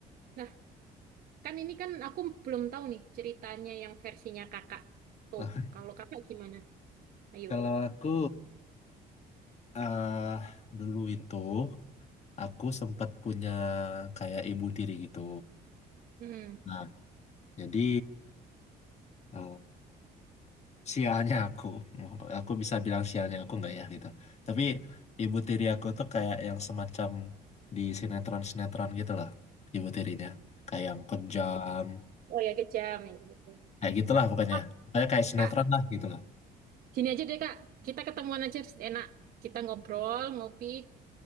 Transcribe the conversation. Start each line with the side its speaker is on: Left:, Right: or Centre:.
Right: nah kan ini kan aku belum tahu nih ceritanya yang versinya kakak tuh
Left: Nah,
Right: kalau kakak gimana ayo
Left: kalau aku eh dulu itu aku sempat punya kayak ibu tiri gitu
Right: hmm
Left: nah jadi <clears throat> sialnya aku aku bisa bilang sialnya aku nggak ya gitu tapi ibu tiri aku tuh kayak yang semacam di sinetron-sinetron gitu lah ibu tirinya kayak yang kejam
Right: oh ya kejam ya gitu
Left: kayak gitulah pokoknya
Right: Ah,
Left: kayak kayak sinetron
Right: kak
Left: lah gitu lah
Right: gini aja deh kak kita ketemuan aja enak kita ngobrol ngopi